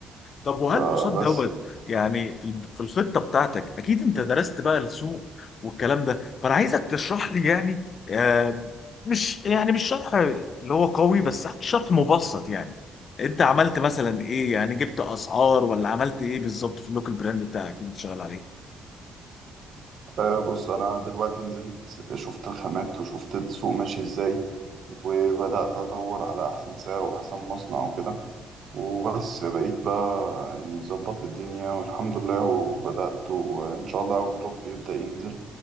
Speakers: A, on the left; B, on the right.
A: طب وهل
B: فبس
A: قصاد دوت يعني في ال- في الخطه بتاعتك اكيد انت درست بقى السوق والكلام ده فانا عايزك تشرح لي يعني آه، مش يعني مش شرح اللي هو قوي بس شرح مبسط يعني انت عملت مثلا ايه يعني جبت اسعار ولا عملت ايه بالظبط في اللوك البراند بتاعك اللي انت شغال عليه؟
B: آه، بص انا دلوقتي نزلت شفت الخامات وشفت السوق ماشي ازاي وبدأت ادور على احسن سعر واحسن مصنع وكده وبس بقيت بقى يعني ظبط الدنيا والحمد لله وبدأت وان شاء الله اول دروب يبدأ ينزل